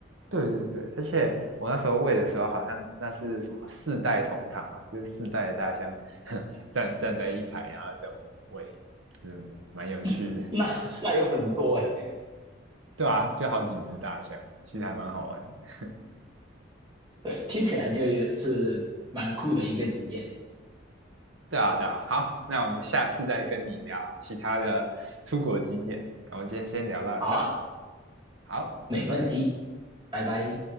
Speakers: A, on the right; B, on the right.
A: 对对对，而且我那时候喂的时候，好像那是什么四代同堂嘛，就是四代的大象 <laughs> 站站在一排，然后等我喂，嗯，蛮有趣的。
B: <laughs> 那那有很多哎、
A: <laughs>
B: 欸
A: 对啊，就好几只大象，其实还蛮好玩的。<laughs>
B: 对，听起来就是蛮酷的一个体验。
A: 对啊，对啊，好，那我们下次再跟你聊其他的出国经验。那我们今天先聊到这，
B: 好啊，
A: 好，
B: 没问题，
A: 拜拜。
B: 拜拜。